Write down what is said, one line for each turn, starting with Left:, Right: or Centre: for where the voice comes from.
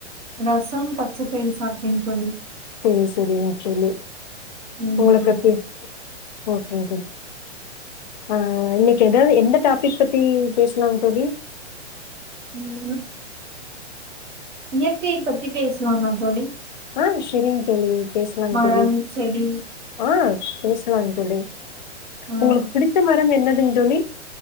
Right: ரசம் ப ச்சப்பயறு சாப்டேங் தோழி
Left: சேரி சேரிங் தோழி
Right: ம்
Left: உங்களுக்கு
Right: தோழி
Left: பி ஓகே ஆ இன்னக்கி எதாவது எந்த டாபிக் பத்தி பேசலாங் தோழி
Right: ம் இயற்கைய பத்தி பேசலாமா தோழி
Left: ஆம் சேரிங் தோழி பேசலாங்
Right: மரம்
Left: தோழி
Right: செடி
Left: ஆ பேசலாங் தோழி
Right: ஆ
Left: உங்களுக்கு புடிச்ச மரம் என்ன துங் தோழி